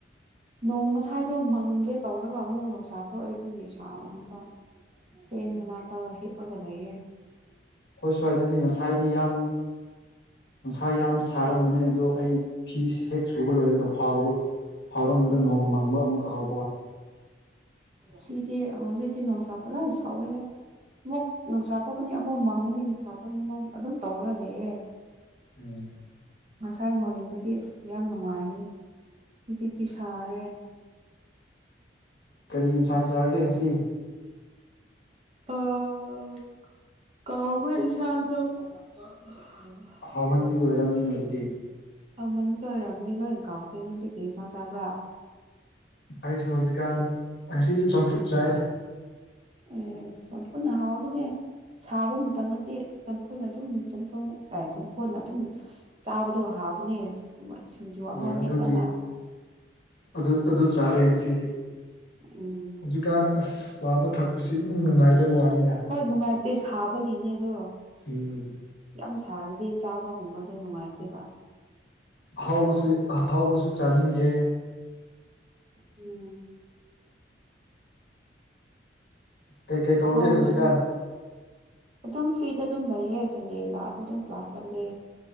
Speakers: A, on the right; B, on the left.
A: ꯅꯣꯡ ꯉꯁꯥꯏꯗꯣ ꯃꯪꯒꯦ ꯇꯧꯔꯒ ꯑꯃꯨꯛ ꯅꯣꯡꯁꯥ ꯊꯣꯛꯑꯦ ꯑꯗꯨꯒꯤ ꯁꯕꯅꯤꯗ ꯐꯦꯟ ꯃꯅꯥꯛꯇ ꯍꯤꯞꯄꯤꯒ ꯂꯩꯌꯦ
B: ꯑꯩꯈꯣꯏ ꯁ꯭ꯋꯥꯏꯗꯗꯤ ꯉꯁꯥꯏꯗꯤ ꯌꯥꯝ ꯅꯨꯡꯁꯥ ꯌꯥꯝ ꯁꯥꯔꯝꯕꯅꯦ ꯑꯗꯣ ꯑꯩ ꯍꯦꯛ ꯁꯨꯕ ꯂꯣꯏꯔꯒ ꯐꯥꯎꯕ ꯐꯥꯎꯔꯝꯕꯗ ꯅꯣꯡ ꯃꯪꯕ ꯑꯃꯨꯛ ꯍꯧ
A: ꯁꯤꯗꯤ ꯍꯧꯖꯤꯛꯇꯤ ꯅꯣꯡꯁꯥ ꯐꯖꯅ ꯁꯥꯎꯋꯦꯍꯦ ꯑꯃꯨꯛ ꯅꯨꯡꯁꯥ ꯊꯣꯛꯀꯅꯤ ꯑꯃꯨꯛ ꯃꯥꯡꯉꯅꯤ ꯅꯨꯡꯁꯥ ꯊꯣꯛꯀꯅꯤ ꯃ ꯑꯗꯨꯝ ꯇꯧꯔꯒ ꯂꯩꯌꯦ
B: ꯎꯝ
A: ꯉꯁꯥꯏ ꯃꯣꯔꯅꯤꯡꯗꯗꯤ ꯑꯁ ꯌꯥꯝ ꯅꯨꯡꯉꯥꯏꯔꯅꯤ ꯍꯧꯖꯤꯛꯇꯤ ꯁꯥꯔꯦ
B: ꯀꯔꯤ ꯌꯦꯟꯁꯥꯡ ꯆꯥꯔꯒꯦ ꯉꯁꯤ
A: ꯑ ꯀꯥꯎꯈ꯭ꯔꯦ ꯏꯟꯁꯥꯡꯗꯣ <unintelligible>
B: ꯍꯥꯎꯃꯟꯕꯒꯤ ꯑꯣꯏꯔꯕꯝꯅꯤꯅꯦ ꯑꯗꯨꯗꯤ
A: ꯍꯥꯎꯃꯥꯟꯀ ꯔꯑꯣꯏꯔꯝꯅꯤ ꯂꯣꯏꯅ ꯀꯥꯎꯈ꯭ꯔꯦ ꯅꯪꯗꯤ ꯀꯩ ꯏꯟꯁꯥꯡ ꯆꯥꯕ꯭ꯔꯥ
B: ꯑꯩꯁꯨ ꯍꯧꯖꯤꯛꯀꯥꯟ ꯉꯁꯤꯗꯤ ꯆꯝꯐꯨꯠ ꯆꯥꯏꯔꯦ
A: ꯑꯦ ꯆꯝꯐꯨꯠꯅ ꯍꯥꯎꯕꯅꯦ ꯁꯥꯕ ꯃꯇꯝ ꯅꯠꯇꯦ ꯆꯝꯐꯨꯠꯅ ꯑꯗꯨꯝ ꯆꯝꯊꯣꯡ ꯆꯝꯐꯨꯅ ꯑꯗꯨꯝ ꯆꯥꯕꯗꯣ ꯍꯥꯎꯕꯅꯦ ꯁꯤꯡꯖꯨ ꯑꯃ
B: ꯍꯣꯏ
A: ꯃꯦꯠꯂꯒ
B: ꯑꯗꯨꯒꯤ ꯑꯗꯨ ꯑꯗꯨ ꯆꯥꯔꯦ ꯉꯁꯤꯗꯤ
A: ꯎꯝ
B: ꯀꯥꯟ ꯑꯁ ꯆꯥꯕ ꯊꯛꯄꯁꯤ ꯏꯅꯨꯡ ꯅꯨꯡꯉꯥꯏꯇꯕ ꯋꯥꯅꯤꯗ
A: ꯍꯣꯏ ꯅꯨꯡꯉꯥꯏꯇꯦ ꯁꯥꯕꯒꯤꯅꯦ ꯑꯗꯣ
B: ꯎꯝ
A: ꯌꯥꯝ ꯁꯥꯔꯗꯤ ꯆꯥꯕꯒꯨꯝꯕꯗꯣ ꯅꯨꯡꯉꯥꯏꯇꯦꯕ
B: ꯑꯍꯥꯎꯕꯁꯨ ꯑꯍꯥꯎꯕꯁꯨ ꯆꯥꯅꯤꯡꯗꯦ
A: ꯎꯝ
B: ꯀꯩꯀꯩ ꯇꯧꯔꯒꯦ
A: ꯐꯥꯎꯕꯁꯨ
B: ꯍꯧꯖꯤꯛꯀꯥꯟ
A: ꯑꯗꯨꯝ ꯐ꯭ꯔꯤꯗ ꯑꯗꯨꯝ ꯂꯩꯌꯦ ꯁꯟꯗꯦꯗꯤ ꯑꯗꯨꯝ ꯀ꯭ꯂꯥꯁ ꯆꯠꯂꯦ